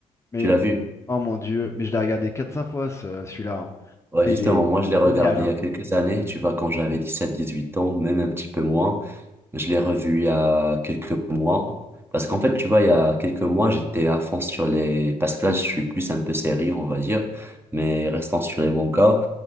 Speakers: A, on the left; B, on the right.
A: Mais
B: Tu l'as vu?
A: oh mon Dieu. Mais je l'ai regardé quatre cinq fois ce- celui-là. hein.
B: Ouais,
A: Ah,
B: justement,
A: il est,
B: moi je
A: c'est
B: l'ai regardé
A: génial. hein.
B: il y a quelques années, tu vois, quand j'avais dix sept dix huit ans, même un petit peu moins. Je l'ai revu il y a quelques mois. Parce qu'en fait, tu vois, il y a quelques mois, j'étais à fond sur les... Parce que là, je suis plus un peu sérieux, on va dire, mais restant sur les mangas.